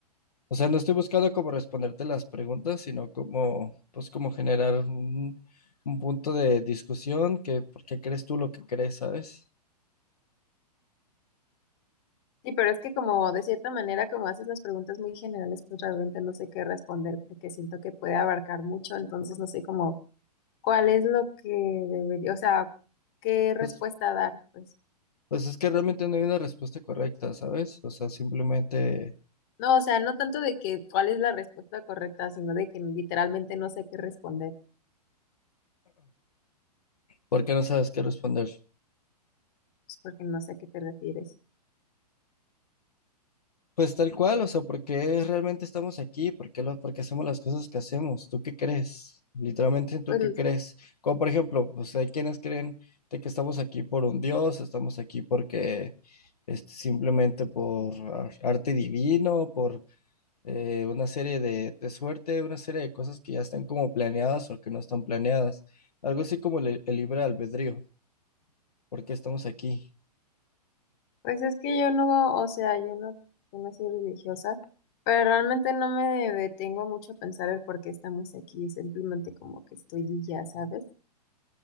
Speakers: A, on the left (about 65°); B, on the left (about 35°).
A: O sea, no estoy buscando como responderte las preguntas, sino como, pues, como generar un, un punto de discusión que, ¿por qué crees tú lo que crees, ¿sabes?
B: Sí, pero es que como de cierta manera, como haces las preguntas muy generales, pues realmente no sé qué responder porque siento que puede abarcar mucho, entonces no sé cómo cuál es lo que debería, o sea, qué respuesta
A: Pues,
B: dar, pues.
A: pues es que realmente no hay una respuesta correcta, ¿sabes? O sea, simplemente,
B: No, o sea, no tanto de que cuál es la respuesta correcta, sino de que literalmente no sé qué responder,
A: ¿por qué no sabes qué responder?
B: pues porque no sé a qué te refieres.
A: Pues tal cual, o sea, ¿por qué realmente estamos aquí? ¿Por qué, lo, por qué hacemos las cosas que hacemos? ¿Tú qué crees? Literalmente, ¿tú
B: Pues,
A: qué crees? Como por ejemplo, pues hay quienes creen de que estamos aquí por un Dios, estamos aquí porque este, simplemente por ar- arte divino, por eh, una serie de, de suerte, una serie de cosas que ya están como planeadas o que no están planeadas. Algo así como el, el libre albedrío. ¿Por qué estamos aquí?
B: pues es que yo no, o sea, yo no, yo no soy religiosa, pero realmente no me detengo mucho a pensar el por qué estamos aquí, simplemente como que estoy y ya, ¿sabes?